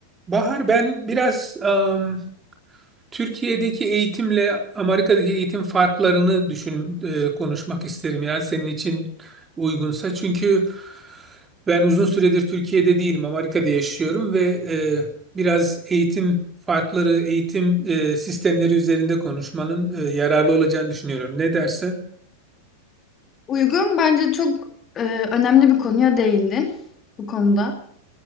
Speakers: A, on the right (about 20°); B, on the left (about 25°).
A: Bahar, ben biraz am, Türkiye'deki eğitimle Amerika'daki eğitim farklarını düşün e, konuşmak isterim ya senin için uygunsa. Çünkü ben uzun süredir Türkiye'de değilim, Amerika'da yaşıyorum ve e, biraz eğitim farkları, eğitim e, sistemleri üzerinde konuşmanın e, yararlı olacağını düşünüyorum. Ne dersin?
B: Uygun. Bence çok, eee, önemli bir konuya değindin bu konuda.